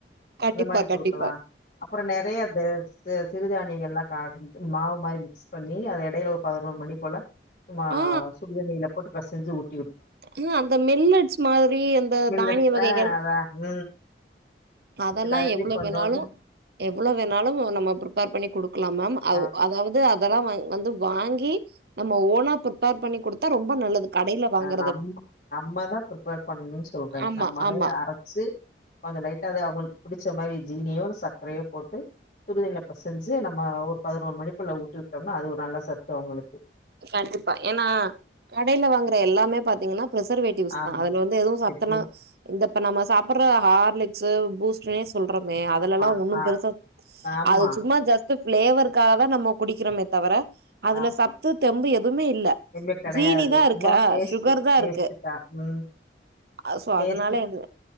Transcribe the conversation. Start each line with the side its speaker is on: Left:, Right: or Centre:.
Right: கண்டிப்பா
Left: அந்த மாரி
Right: கண்டிப்பா
Left: குடுக்கலா அப்பறொ நெறைய தே செ சிறுதானியங்கள்லா காட்டி மாவு மாரி மிக்ஸ் பண்ணி அத எடைல ஒரு பதினோரு மணி போல மா
Right: ஆ
Left: சுடு தண்ணில போட்டுப் பெசஞ்சு ஊட்
Right: ஆ அந்த மில்லெட்ஸ் மாரி அந்த
Left: மில்லட்
Right: தானிய வகைகள்
Left: ஆ அதா ம்
Right: அதல்லா
Left: எல்லாருமே
Right: எவ்ளோ
Left: கொஞ்சோ
Right: வேணாலு
Left: கொஞ்சோ
Right: எவ்ளோ வேணாலும் நம்ம ப்ரிப்பேர் பண்ணி குடுக்கலா மேம் அவ்
Left: ஆ
Right: அதாவது அதல்லா வ வந்து வாங்கி நம்ம ஓனா ப்ரிப்பேர் பண்ணி குடுத்தா ரொம்ப நல்லது கடைல வாங்க
Left: நம் நம்ம தா ப்ரிப்பேர் பண்ணுன் சொல்றே
Right: ஆமா
Left: நம்மளே
Right: ஆமா
Left: அர ச்சு கொஞ்ச லைட்டா அது அவுங்களுக் புடுச்ச மாரி ஜீனியோ இல்ல சக்கரையோ போட்டு சுடுதண்ல பெசஞ்சு நம்ம ஒரு பதினோரு மணிக்குள்ள ஊட்டி விட்டோம்னா அது ஒரு நல்ல சத்து அவுங்களுக்கு
Right: கண்டிப்பா ஏன்னா கடைல வாங்குற எல்லாமே பாத்தீங்கன்னா பிரிசர்வே ட்டிவ்ஸ்தா
Left: ஆமா
Right: அதுல வந்து எதுவு சத்துல்லா
Left: எது
Right: இந்தப்ப நம்ம சாப்புர்ற ஹார்லிக்ஸு பூஸ் ட்டுனே சொல்றமே அதுலல்லா
Left: ஆமா
Right: ஒன்னும்
Left: ஆ
Right: பெருசா
Left: ஆமா
Right: அது சும்மா ஜஸ் ட்டு ஃபிளேவர்க்காக தா நம்ம குடிக்கிறோமே தவிர அதுல
Left: ஆமா
Right: சத்து தெம்பு எதுவ்மே இல்ல
Left: எதுமே கெடையாது
Right: ஜீனிதா இருக்கா
Left: சும்மா டேஸ்ட்டு
Right: ஷுகர் தா
Left: டேஸ்ட்டுக்கா
Right: இருக்கு
Left: ம்
Right: ஆ சோ
Left: டேஸ்ட்டுக்கு
Right: அதுனால என்ன